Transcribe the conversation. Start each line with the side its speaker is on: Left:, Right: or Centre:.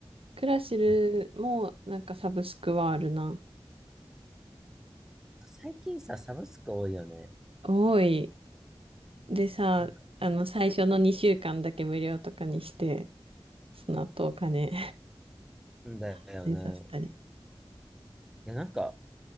Right: クラシルもなんかサブスクはあるな。
Centre: なんかなんか最近さ、サブスク多いよね。
Right: 多い。でさ、
Centre: なんか
Right: あの、最初の2週間だけ無料とかにして、その後お金
Centre: うん。だよね。
Right: <laughs> 出させたり。
Centre: いや、なんか、